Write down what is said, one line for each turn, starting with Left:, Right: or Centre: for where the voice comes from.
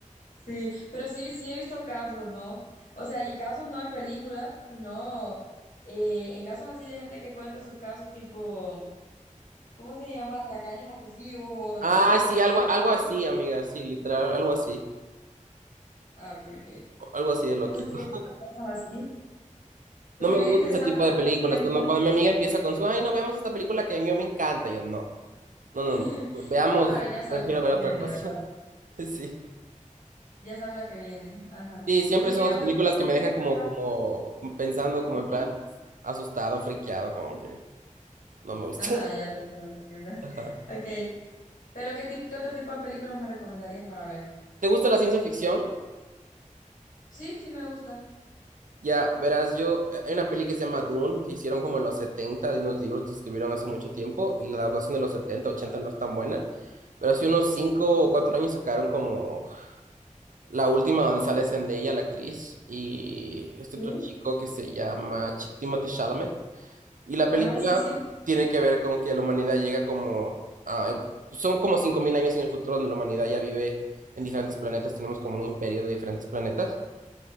Left: Sí, pero sí, sí he visto casos, ¿no? O sea, y casos no en películas, sino eh, en casos así de gente que cuenta sus casos tipo, ¿cómo se llama? Tacaños obsesivos o
Right: Ah,
Left: de esos colectores
Right: sí, algo, algo
Left: obsesivos.
Right: así, amiga, sí, literal, algo así.
Left: Ah, ok, ok.
Right: Algo así de loquito.
Left: Entonces sí he visto casos así. Pues
Right: No me
Left: se viene
Right: gusta
Left: interesante.
Right: ese tipo
Left: ahorita
Right: de películas.
Left: que menciona-
Right: Cuando, cuando mi amiga empieza con su, ay, no veamos esta película que a mí me encanta, yo no. No, no,
Left: <laughs>
Right: no. Veamos,
Left: Ya sabes, ya sabes
Right: prefiero
Left: lo
Right: ver
Left: que
Right: otra
Left: viene,
Right: cosa.
Left: ¿verdad?
Right: <laughs> Sí.
Left: Ya sabes lo que viene. Ajá.
Right: Sí, siempre
Left: ¿Y qué
Right: son las
Left: otro
Right: películas
Left: tipo
Right: que
Left: de
Right: me
Left: películas?
Right: dejan como, como pensando, como
Left: Ujú.
Right: en plan asustado, friqueado, como que no me gusta.
Left: Ajá, ya te entiendo. te entiendo. <laughs>
Right: <laughs> Ajá.
Left: Ok. ¿Pero qué, tip- qué otro tipo de películas me recomendarías para ver?
Right: ¿Te gusta la ciencia ficción?
Left: Sí, sí me gusta.
Right: Ya, verás, yo, eh, hay una peli que se llama Dune, que hicieron como en los 70 de unos libros que se escribieron hace mucho tiempo, y la adaptación de los 70 ochenta
Left: Ajá,
Right: no es tan buena, pero hace unos 5 o 4 años sacaron como la última donde sale Zendaya, la actriz, y este
Left: Sí,
Right: otro chico que se llama Ch- Timothée Chalamet, Y la película
Left: ajá, sí, sí.
Right: tiene que ver con que la humanidad llega como a- son como 5.000 años en el futuro donde la humanidad ya vive en diferentes planetas, tenemos como un imperio de diferentes planetas.